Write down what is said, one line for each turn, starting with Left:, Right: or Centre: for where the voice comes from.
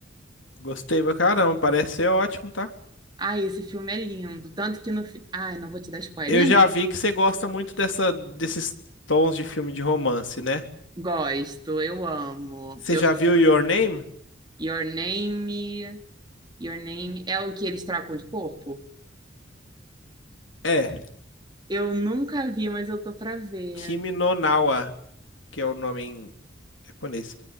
Left: Gostei pra caramba. Parece ser ótimo, tá?
Right: Ai, esse filme é lindo. Tanto que no. fi- Ai, não vou te dar spoiler,
Left: Eu já
Right: <laughs> não.
Left: vi que você gosta muito dessa, desses tons de filme de romance, né?
Right: Gosto, eu amo.
Left: Você
Right: Eu
Left: já viu
Right: sou.
Left: Your Name?
Right: Your Name. Your Name. É o que eles trocam de corpo?
Left: É,
Right: Eu nunca vi, mas eu tô pra ver.
Left: Kimi no Nawa, que é o nome em japonês.